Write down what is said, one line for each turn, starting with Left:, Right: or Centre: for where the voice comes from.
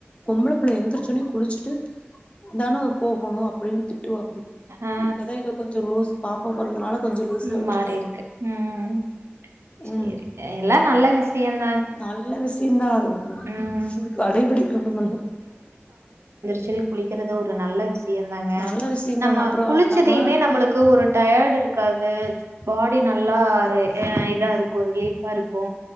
Left: கொம்ளப் புள்ள எந்துருச்சோனே குளிச்சிட்டு தானு போகோணு அப்புடின் திட்டுவாக்கி
Right: ஆ
Left: இப்பதா எதோ கொஞ்சரோ ஓஸ் பாப்பா பொறந்தனால கொஞ்சம் லூஸ்ல
Right: ம்
Left: விட்டுருக்காரு
Right: மாறிருக்கு ம்ம் ம் சேரி
Left: ம்
Right: எல்லா நல்ல விஷியந்
Left: நல்ல விஷியிந்தா அதுவு
Right: ம்
Left: கடைபிடிக்கிணுமல்ல
Right: செரி குளிக்கிறத ஒரு நல்ல விஸ் தியந்தாங்க
Left: நல்ல விஷயந்தாங்க
Right: நம்ம
Left: அப்புறோ
Right: குளிச்சிதியுமே
Left: நம்ம
Right: நம்மளுக்கு ஒரு டயட் இருக் து பாடி நல்லா ரே எ இதாருக் கோ ரிலீஃபாருக்கு